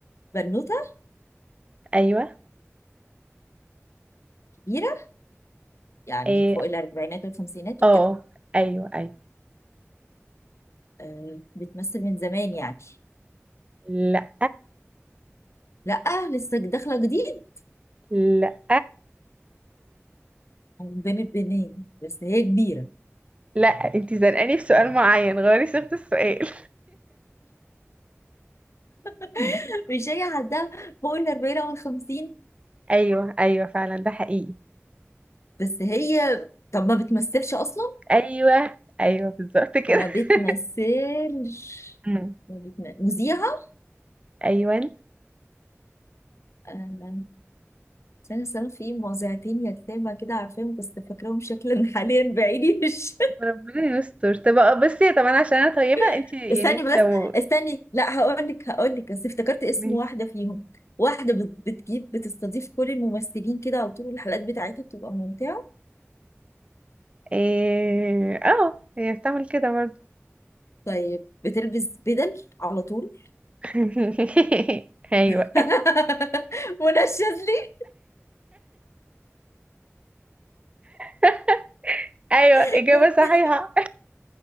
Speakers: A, on the left; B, on the right.
A: بنوته
B: ايوه
A: كبيره يعني
B: إيه
A: فوق الاربعينات والخمسينات
B: اه
A: وكده
B: ايوه ايوه
A: آه بتمثل من زمان يعني
B: لا
A: لا لسه داخله جديد
B: لا
A: من بين البنين بس هي كبيره
B: لا انتي زنقاني في سؤال معين غيري صيغة السؤال
A: <laughs> مش هي عندها فوق الاربعين او الخمسين
B: <laughs> ايوه ايوه فعلا ده حقيقي
A: بس هي طب ما بتمثلش اصلا
B: ايوه ايوه بالظبط كده
A: ما
B: <laughs>
A: بتمثلش
B: أمم.
A: ما بتم... مذيعة
B: ايوه
A: آه، سنة سنة في مذيعتين يتامى كده عارفاهم بس فاكراهم شكلا <laughs> حاليا بعيني مش
B: ربنا يستر طب آه، بصي طب انا عشان انا طيبة انتي
A: <laughs> استني
B: يعني انتي
A: بس
B: لو
A: استني لا هقول لك هقول لك بس افتكرت اسم
B: ماشي
A: واحدة فيهم واحدة بت- بتجيب بتستضيف كل الممثلين كده على طول الحلقات بتاعتها بتبقى ممتعة
B: إيه، اه هي بتعمل كده برضه
A: طيب بتلبس بدل على طول
B: <laughs> ايوه
A: <laughs> منشز لي
B: <laughs> ايوه
A: <laughs>
B: اجابه صحيحه